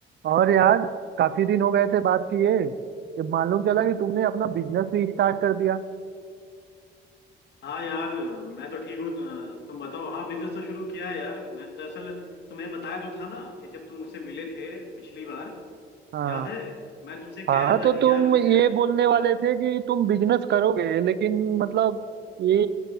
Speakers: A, on the right; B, on the left.
A: और यार काफी दिन हो गए थे बात किए ये मालूम चला कि तुमने अपना बिजनेस भी स्टार्ट कर दिया
B: हाँ यार मैं तो ठीक हूँ अ, तुम बताओ हाँ बिजनेस तो शुरू किया है यार मैं दरअसल तुम्हें बताया तो था ना कि जब तुम मुझसे मिले थे पिछली बार
A: हाँ
B: याद है मैं तुमसे कह
A: हाँ
B: रहा
A: तो
B: था कि
A: तुम
B: यार अ,
A: ये बोलने वाले
B: पर,
A: थे कि तुम बिजनेस करोगे लेकिन मतलब ये